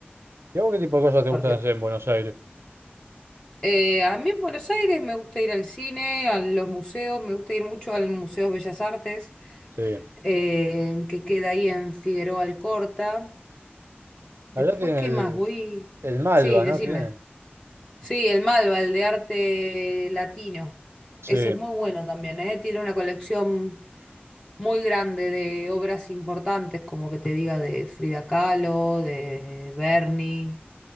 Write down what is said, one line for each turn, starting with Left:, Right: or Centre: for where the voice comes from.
Right: ¿Y a vos qué tipo de cosas te gustan
Left: Porque
Right: hacer en Buenos Aires?
Left: eh, a mí en Buenos Aires me gusta ir al cine, a los museos, me gusta ir mucho al Museo de Bellas Artes,
Right: Sí.
Left: eh, que queda ahí en Figueroa Alcorta.
Right: Allá
Left: Después,
Right: tienen
Left: ¿qué
Right: el,
Left: más? Voy...
Right: el Malva,
Left: Sí, decime.
Right: ¿no? Tienen.
Left: Sí, el Malva, el de arte latino.
Right: Sí,
Left: Ese es muy bueno también, ¿eh? Tiene una colección muy grande de obras importantes, como que te diga de Frida Kahlo, de Berni,